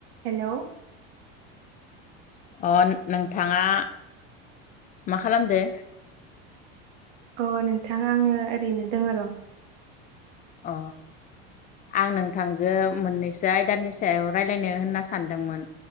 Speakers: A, on the right; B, on the left.
A: Hello.
B: अ नोंथाङा मा खालामदो?
A: अ नोंथां आङो ओरैनो दङ र'
B: अ आं नोंथांजो मोननैसो आयदानि सायाव रायज्लायनो होनना सानदोंमोन